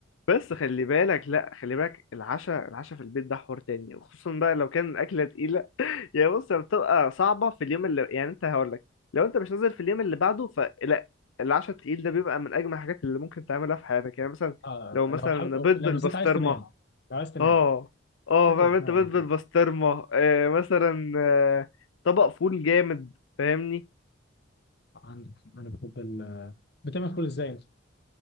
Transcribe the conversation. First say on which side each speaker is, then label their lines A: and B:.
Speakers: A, on the left; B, on the left.
A: بس خلي بالك لا خلي بالك العشاء العشاء في البيت ده حوار تاني وخصوصا بقى لو كان الاكله تقيله يعني بص هي بتبقى صعبه في اليوم اللي يعني انت هقول لك لو انت مش نازل في اليوم اللي بعده فلا العشاء التقيل ده بيبقى من اجمل الحاجات اللي ممكن تعملها في حياتك يعني مثلا
B: آه
A: لو
B: لو
A: مثلا
B: حب...
A: بيض
B: لو
A: بالبسطرمه
B: بالذات عايز تنام لو عايز تنام
A: اه اه
B: شكله
A: فاهم
B: بتنام
A: انت بيت
B: على
A: بالبسطرمه
B: طول
A: آه مثلا آه طبق فول جامد فاهمني
B: عندك انا بحب ال... بتعمل كل ازاي انت